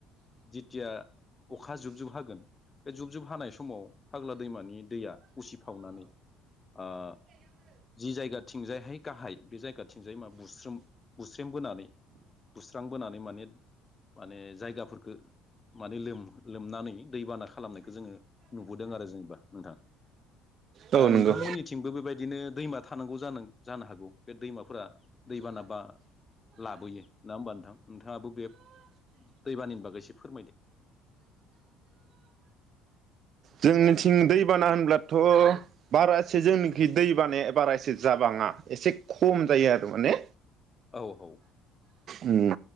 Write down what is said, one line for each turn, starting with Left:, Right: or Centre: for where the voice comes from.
Left: जिथिया अखा जुबजुब हागोन बे जुब जुब हानाय समाव फाग्ला दैमानि दैया उसि फावनानै ओ जि जायगाथिं जायहाय गाहाय बे जायगाथिंजाय मा बुस्रोम बुस्रेमबोनानै बुस्रांबोनानै माने माने जायगाफोरखो माने लोम लोमनानै दैबाना खालामनायखौ जोङो नुबोदों आरो जेनबा नोंथां।
Right: नंगौ औ
Left: दा नोंथांमोननिथिंबो
Right: नंगौ
Left: बेबायदिनो दैमा थानांगौ जानां जानो हागौ बे दैमाफोरा दैबाना बा लाबोयो नङा होमबा नोंथां। नोंथाङाबो बे दैबानानि बागै एसे फोरमायदो?
Right: जोंनिथिं दैबाना होनब्लाथ' बारा एसे जोंनिखि दैबानाया बारा एसे जाबाङा एसे खम जायो आरो माने।
Left: औ औ
Right: उम